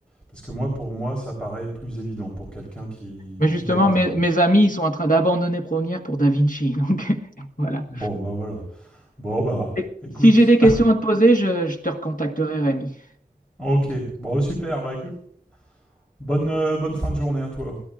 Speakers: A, in the centre; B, on the left.
A: Parce que moi, pour moi, ça paraît plus évident pour quelqu'un qui,
B: Mais justement,
A: qui démarre,
B: mes,
A: quoi.
B: mes amis, ils sont en train d'abandonner Première pour Da Vinci. Donc, <laughs> voilà.
A: Bon, bah voilà. Bon, bah,
B: Et
A: écoute.
B: si j'ai des questions à te poser, je, je te recontacterai, Rémi.
A: <laughs> ok. Bon, super. Bah, écoute, bonne, euh, bonne fin de journée à toi.